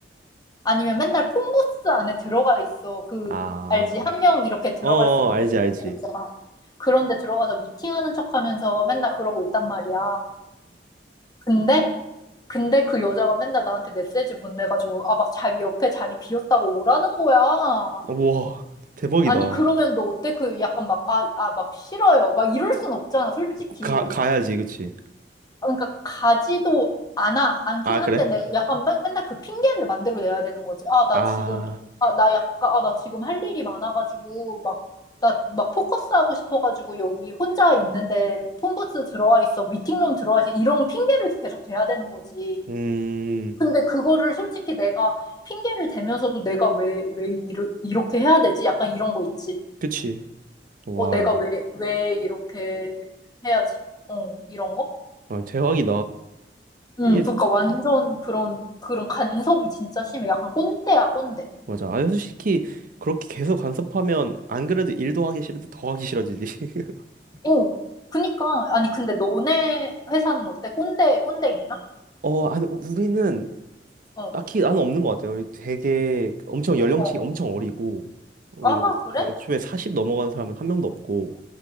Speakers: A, on the left; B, on the right.
A: 아니면 맨날 폰부스 안에 들어가 있어. 그,
B: 아,
A: 알지? 한 명 이렇게 들어갈
B: 어, 어,
A: 수 있는
B: 알지, 알지.
A: 데 있잖아. 그런데 들어가서 미팅하는 척 하면서 맨날 그러고 있단 말이야. 근데, 근데 그 여자가 맨날 나한테 메시지 보내가지고, 아, 막 자기 옆에 자리 비었다고 오라는 거야.
B: 우와, 대박이다.
A: 아니,
B: 우,
A: 그러면 너 어때? 그 약간 막, 아, 아, 막 싫어요. 막 이럴 순 없잖아, 솔직히.
B: 가, 가야지, 그치.
A: 그러니까 가지도 않아 않긴
B: 아,
A: 한데
B: 그래?
A: 내가 약간 맨- 맨날 그 핑계를 만들어 내야 되는 거지. 아, 나
B: 아,
A: 지금 아, 나 약간 아, 나 지금 할 일이 많아가지고 막 나 막 포커스 하고 싶어가지고 여기 혼자 있는데 폰부스 들어와 있어 미팅룸 들어와 있어 이런 핑계를 계속 대야 되는 거지.
B: 음,
A: 근데 그거를 솔직히 내가 핑계를 대면서도 내가 왜 왜 이르, 이렇게 해야 되지? 약간 이런 거 있지.
B: 그치. 와,
A: 어, 내가 왜 왜 이렇게 해야지? 어, 이런 거?
B: 아, 대박이다.
A: 응,
B: 이게,
A: 그러니까 완전 그런, 그런 간섭이 진짜 심해. 약간 꼰대야, 꼰대.
B: 맞아. 아, 솔직히, 그렇게 계속 간섭하면, 안 그래도 일도 하기 싫은데 더 하기 싫어지지. <laughs>
A: 어, 그니까, 아니, 근데 너네 회사는 어때? 꼰대, 꼰대 있나?
B: 어, 아니, 우리는
A: 어,
B: 딱히 나는 없는 것 같아요. 우리 되게 엄청 연령층이
A: 어,
B: 엄청 어리고 우리는
A: 아, 그래?
B: 애초에 40 넘어간 사람은 한 명도 없고